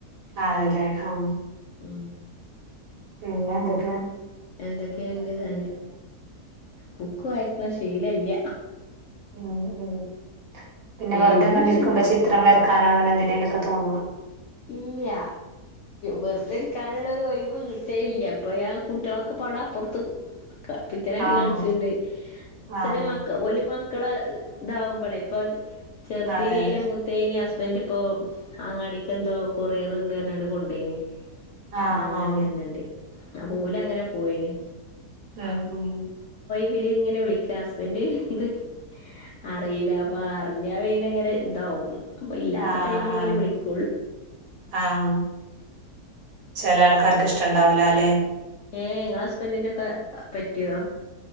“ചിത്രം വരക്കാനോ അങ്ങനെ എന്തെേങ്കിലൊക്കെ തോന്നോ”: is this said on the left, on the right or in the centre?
Right